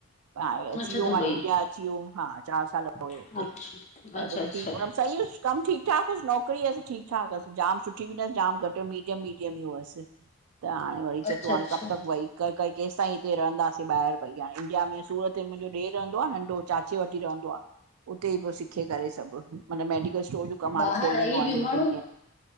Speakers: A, on the right (about 80°); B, on the left (about 30°).
A: हाणे
B: अच्छा
A: अची वयो,
B: दुबई
A: हाणे इंडिया अची वियो, हा चार साल पढियो
B: अच्छा
A: हुते पर
B: अच्छा अच्छा
A: ठीकु हुन सही हुयस कम ठीक ठाक हुयुस, नौकिरी अस ठीक ठाक हस जाम सुठी भी न जाम घटि मीडियम मीडियम हुअस। त हाणे वरी चए
B: अच्छा
A: तो हाणे
B: अच्छा
A: कब तक वई, करे -करे केसिताईं हिते रहंदासीं, ॿाहिर भईया हाणे इंडिया में सूरत में मुहिंजो ॾेर रहंदो आ नंढो चाचे वट ही रहंदो आ। उते ई पो सीखे करे सभ, माना मेडिकल स्टोर जो कम हाणे
B: ॿाहिरि
A: खोलींदो
B: रही
A: हाणे
B: बि
A: ॿिन
B: माण्हू
A: टि्न ॾींहंनि में।